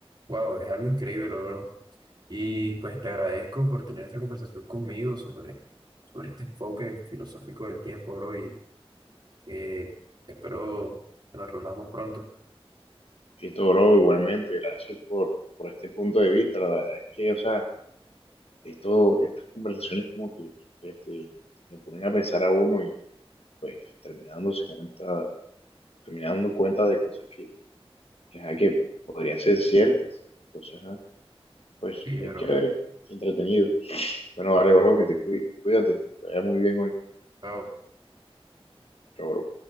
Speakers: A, on the right; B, on the left.
A: wow, es algo increíble, bro. Y pues te agradezco por tener esta conversación conmigo sobre, sobre este enfoque filosófico del tiempo, bro, y eh, espero que nos reunamos pronto.
B: Esto, bro, igualmente, gracias por, por este punto de vista. La verdad es que, o sea, esto, estas conversaciones como que, este, le ponen a pensar a uno pues termina dándose cuenta, terminando dando cuenta de cosas que, que, ajá, que podrían ser ciertas. Entonces, ajá, pues
A: Sí,
B: es
A: bro.
B: chévere, entretenido. Bueno, vale, bro, que te cuide, cuídate, te vaya muy bien hoy.
A: Chao.
B: Chao, bro.